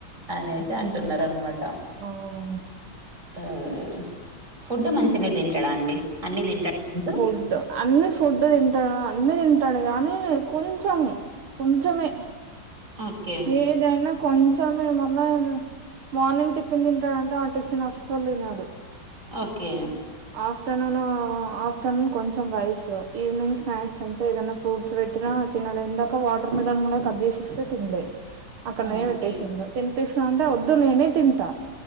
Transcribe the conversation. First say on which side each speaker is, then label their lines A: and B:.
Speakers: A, on the right; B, on the right.
A: అనేసి అంటున్నారు అనమాట
B: అవును
A: ఉమ్ ఫుడ్ మంచిగనె తింటాడండి అన్ని తింటాడు
B: ఫుడ్ అన్ని ఫుడ్ తింటాడు అన్ని తింటాడు కానీ కొంచం కొంచమే
A: ఓకే
B: ఎదైనా కొంచం ఎమన్నా మార్నింగ్ టిఫిన్ తింటాడంటే ఆ టిఫిన్ అసలు తినడు
A: ఓకే
B: ఆఫ్టర్నూన్ ఆఫ్టర్నూన్ కొంచెం రైస్ ఈవినింగ్ స్నాక్స్ అంటే ఏదైనా ఫ్రూట్ ఫ్రూప్ట్స్ పెట్టినా తినడు ఇందాక వాటర్ మిల్లన్ కూడా కట్ చేసిస్తే తినలే అక్కడనే
A: ఓకే
B: పెట్టేసిండు తినిపిస్తా అంటే వద్దు నేనే తింటా